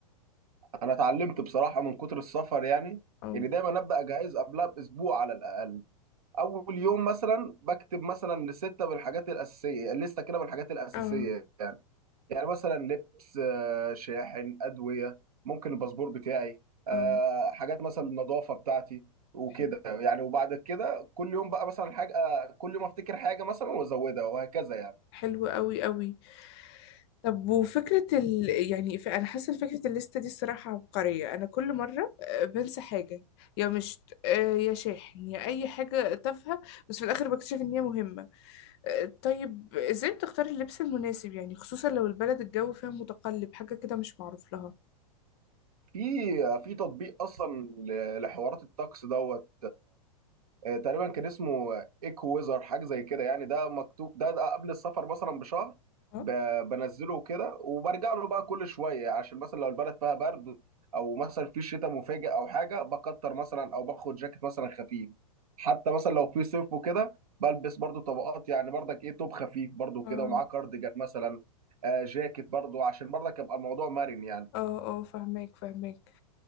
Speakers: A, on the right; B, on the left.
A: انا اتعلمت بصراحه من كتر السفر يعني
B: اه
A: ان دايما ابدا اجهز قبلها باسبوع على الاقل اول يوم مثلا بكتب مثلا لستة بالحاجات الاساسيه لسته كده بالحاجات الاساسيه
B: اه
A: يعني مثلا لبس آه، شاحن ادويه ممكن الباسبور بتاعي آه،
B: اه
A: حاجات مثلا النظافه بتاعتي وكده
B: حلو
A: يعني وبعد كده كل يوم بقى مثلا حاجه آه، كل يوم افتكر حاجه مثلا وازودها وهكذا يعني
B: حلو قوي قوي طب وفكرة ال... يعني ف... أنا حاسة إن فكرة الليستة دي الصراحة عبقرية أنا كل مرة آه، بنسى حاجة يا مشت آه، يا شاحن يا أي حاجة تافهة بس في الآخر بكتشف إن هي مهمة آه، طيب إزاي بتختار اللبس المناسب يعني خصوصا لو البلد الجو فيها متقلب حاجة كده مش معروف لها
A: في آه، في تطبيق اصلا ل- لحوارات الطقس دوت آه، تقريبا كان اسمه ايكو ويزر حاجه زي كده يعني ده مكتوب ده, ده قبل السفر مثلا بشهر
B: اه
A: ب- بنزله كده وبرجع له بقى كل شويه عشان مثلا لو البلد فيها برد او مثلا في شتاء مفاجئ او حاجه بكتر مثلا او باخد جاكيت مثلا خفيف حتى مثلا لو في صيف وكده بلبس برضو طبقات يعني برضك ايه توب خفيف برضو
B: اه
A: كده ومعاه كارديجان مثلا آه، جاكيت برضو عشان برضك يبقى الموضوع مرن يعني
B: اه اه فهماك فهماك